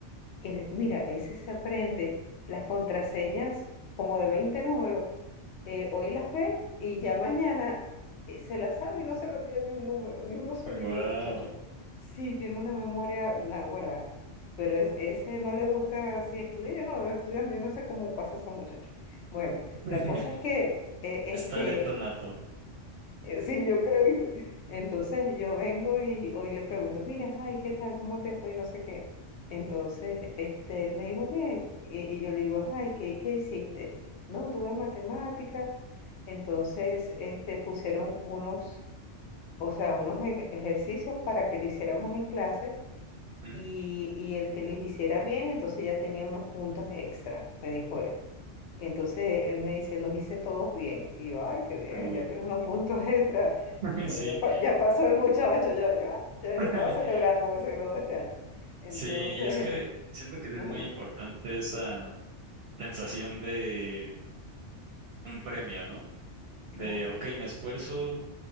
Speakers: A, on the left; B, on the right.
A: el- mira, ese se aprende las contraseñas como de 20 números. eh, hoy las ve y ya mañana eh, se las sabe y no se le olvida ni un número, ni uno solito,
B: Wow.
A: muchacho. Sí, tiene una memoria náguara, pero es, ese no le gusta así estudiar. Yo no lo veo estudiando, yo no sé cómo pasa a esos muchachos. Bueno,
B: <laughs>
A: la cosa es que eh,
B: Es
A: este,
B: talento nato.
A: eh, Sí, yo creo, ¿viste? Entonces yo vengo y hoy le pregunto, mira, ay, ¿qué tal? ¿Cómo te fue? No sé qué. Entonces, este, él me dijo, bien, y, y yo le digo, ay, ¿qué, qué hiciste? No, tuve matemáticas, entonces, este, pusieron unos, o sea, unos ej- ejercicios para que lo hiciéramos en clase
B: Ujú.
A: y, y el que los hiciera bien, entonces ya tenía unos puntos extra, me dijo él. Entonces él me dice, los hice todos bien. Y yo, ay, qué bien,
B: Uh,
A: ya tienes unos puntos extra.
B: <laughs>
A: Yo,
B: Sí.
A: ya, pa- ya pasó el muchacho, ya, yo, "Ah, ya,
B: <laughs>
A: yo estaba celebrando porque se graduó este año. Entonces,
B: Sí, y es que siento que sí
A: <laughs>
B: es
A: ajá,
B: muy importante esa sensación de un premio, ¿no?
A: claro,
B: De, ok, me esfuerzo